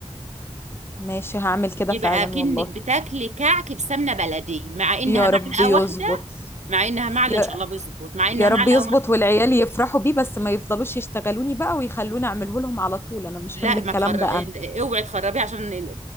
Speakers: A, on the left; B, on the right.
A: ماشي هعمل كده
B: يبقى
A: فعلا
B: كأنك
A: والله
B: بتاكلي كعك بسمنة بلدي مع انها
A: يا
B: معلقة
A: رب يظبط
B: واحدة مع انها معلقة
A: يا
B: ان شاء الله بيظبط مع انها
A: يا
B: معلقة
A: رب يظبط
B: واحدة
A: والعيال يفرحوا بيه بس ما يفضلوش يشتغلوني بقى ويخلوني اعمله لهم على طول انا مش
B: لا
A: حمل
B: ما
A: الكلام
B: تخر...
A: ده انا
B: اوعي تخربيه عشان ال-